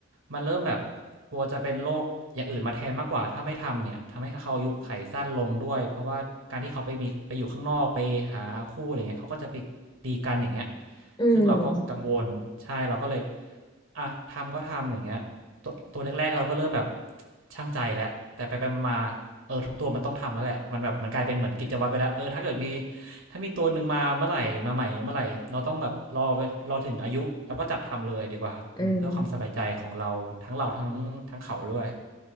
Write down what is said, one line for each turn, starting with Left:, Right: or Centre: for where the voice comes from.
Right: มันเริ่มแบบกลัวจะเป็นโรคอย่างอื่นมาแทนมากกว่าถ้าไม่ทำเนี่ยทำให้เขาอายุไขสั้นลงด้วยเพราะว่าการที่เขาไปมีไปอยู่ข้างนอกไปหาคู่อะไรเงี้ยเขาก็จะไปตีกันอย่างเงี้ย
Left: อืม
Right: ซึ่งเราก็กังวลใช่เราก็เลย อ่ะทำก็ทำอย่างเงี้ยตัวตัวแรกๆเราก็เริ่มแบบช่างใจแล้วแต่ไปไปมาๆเออทุกตัวมันต้องทำแล้วแหละมันแบบมันกลายเป็นเหมือนกิจวัตรไปแล้วเออถ้าเกิดมีถ้ามีตัวหนึ่งมาเมื่อไหร่มาใหม่เมื่อไหร่เราต้องแบบรอไปรอถึงอายุแล้วก็จับทำเลยดีกว่าอืมเพื่อความสบายใจของเราทั้งเราทั้งทั้งเขาด้วย
Left: อืม